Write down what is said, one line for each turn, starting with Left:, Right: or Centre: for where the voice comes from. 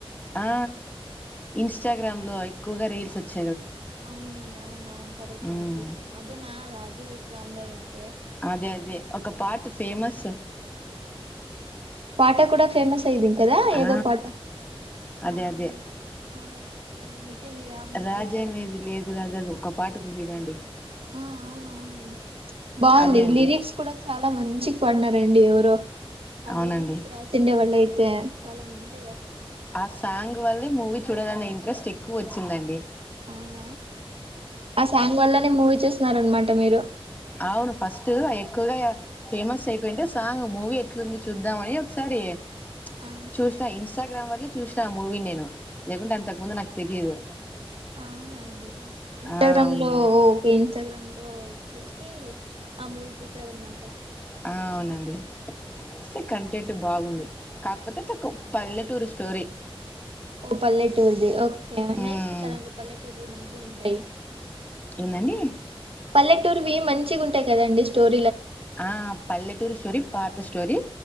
Left: ఆ ఇన్స్టాగ్రామ్ లో ఎక్కువగా రీల్స్ వచ్చి
Right: అవునండి అవును అవును కరెక్ట్
Left: ఉమ్
Right: అండి పి అదే నా రాజు వెడ్స్ రాంబాయ్ అండీ
Left: అదే అదే ఒక పాట్ ఫేమస్
Right: పాట కూడా ఫేమస్ అయ్యింది కదా
Left: ఆ
Right: ఏదో పాట
Left: అదె
Right: అవునా
Left: అదే
Right: ఓకే అయితే మీరు ఆ మూవీ
Left: రాజ్య
Right: చూసారనమాట
Left: మేది లేదు గాని అనేది ఒక్క పాటుంది జూడండి
Right: ఆ అవునవును బాంది
Left: అదే అండి
Right: లిరిక్స్ కూడా చాలా మంచి పన్నారండి ఎవరో అది
Left: అవునండి
Right: రాసిండే వాళ్ళ అయితే చాలా మంచిది
Left: ఆ సాంగు వల్లే మూవీ చూడాలని ఇంట్రెస్ట్ ఎక్కువొచ్చిందండి
Right: అవునా ఆ సాంగ్ వల్లనే మూవీ చూస్తున్నారనమాట మీరు
Left: అవును ఫస్ట్ ఎక్కువగా ఫేమస్ అయిపోయింటే సాంగ్ మూవీ ఎట్లుంది చూద్దాం అని ఒకసారి ఏంది
Right: ఆ
Left: చూసినా ఇన్స్టాగ్రామ్ వల్లే చూసినా ఆ మూవీ నేను లేకుంటే అంతకు ముందు నాకు తెలియదు
Right: అవునండి ఇన్స్టాగ్రామ్
Left: ఆ అవును
Right: లో ఓకే ఇన్స్టాగ్రామ్ లో చూసి ఆ మూవీ చూసాననమాట
Left: ఆ అవునండి సె కంటెంట్ బాగుంది కాకపోతే తక్కవ్ పల్లె టూరుస్ స్టోరి
Right: ఓ పల్లెటూర్ది ఓకే
Left: ఉమ్
Right: నైస్ కదండి పల్లెటూరిది మంచి ఉంటాయి
Left: ఏందండి
Right: పల్లెటూర్వి మంచిగుంటాయ్ కదండి స్టోర్
Left: ఆ పల్లెటూరు స్టోరీ పాత స్టోరీ